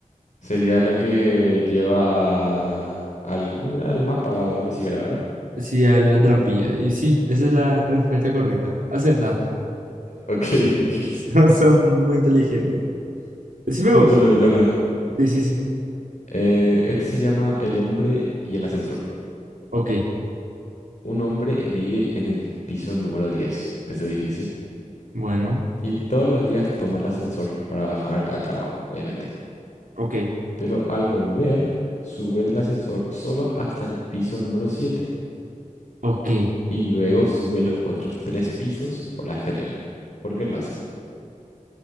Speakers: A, on the left; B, on the right.
A: sería la que lleva al, ¿cómo era? Al mapa o algo así, era, ¿verdad?
B: Sí, a la trampilla. Y sí, esa es la respuesta correcta. Acertaste.
A: Ok, <laughs> ok.
B: <laughs> Son muy inteligentes. Decime vos.
A: Mi turno, mi turno.
B: Sí, sí, sí.
A: Eh, este se llama El hombre y el ascensor.
B: Ok,
A: Un hombre vive en el piso número 10 de su edificio
B: bueno,
A: Y todos los días toma el ascensor para bajar al trabajo, obviamente.
B: ok,
A: Pero al volver, sube en el ascensor solo hasta el piso número siete
B: ok.
A: Y luego sube los otros tres pisos por la escalera. ¿Por qué lo hace?